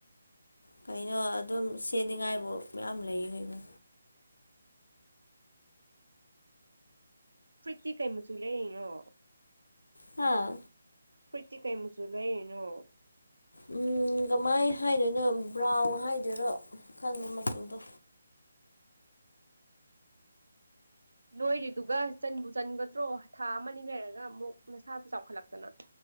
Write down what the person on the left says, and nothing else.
ꯀꯩꯅꯣ ꯑꯗꯨꯝ ꯁꯦꯠꯅꯤꯉꯥꯏꯕꯨ ꯃꯌꯥꯝ ꯂꯩ ꯀꯩꯅꯣ
ꯍꯥꯥ
ꯑꯝ ꯀꯃꯥꯏ ꯍꯥꯏꯗꯣꯏꯅꯣ ꯕ꯭ꯔꯥꯎꯟ ꯍꯥꯏꯗꯣꯏꯔꯣ ꯈꯪꯗꯦ ꯃꯆꯨꯗꯣ